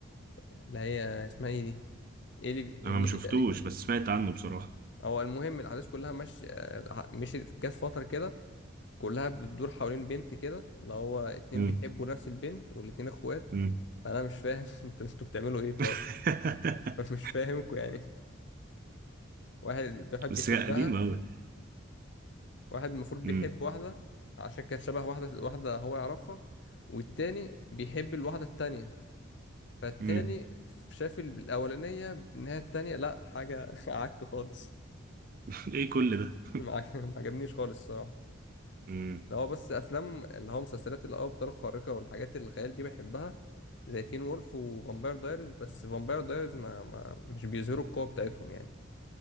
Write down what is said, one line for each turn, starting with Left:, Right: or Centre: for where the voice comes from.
Left: اللي هي اسمها ايه دي إيلي
Right: انا
Left: إيليبي
Right: ما شفتوش
Left: تقريبا
Right: بس سمعت عنه بصراحة
Left: أو المهم الأحداث كلها مش مش جت فترة كده كلها بتدور حوالين بنت كده اللي هو اتنين
Right: امم
Left: بيحبوا نفس البنت والاتنين اخوات
Right: امم
Left: أنا مش فاهم <laughs> انتوا انتوا بتعملوا ايه طب
Right: <laughs>
Left: <laughs> مش فاهمكوا يعني واحد بيحب
Right: بس
Left: يحبها
Right: هي قديمة أوي
Left: واحد المفروض بيحب
Right: امم
Left: واحدة عشان كانت شبه واحدة واحدة هو يعرفها والتاني بيحب الواحدة التانية فالتاني
Right: امم
Left: شاف الأولانية إنها التانية لأ حاجة <laughs> عك خالص
Right: ايه كل ده <laughs>
Left: <laughs> ما عج- ما عجبنيش خالص الصراحة
Right: امم
Left: اللي هو بس أفلام اللي هو مسلسلات اللي هو أبطال خارقة والحاجات اللي الخيال دي بحبها زي تين وولف وفامباير دايريز بس فامباير دايريز ما, ما مش بيظهروا القوة بتاعتهم يعني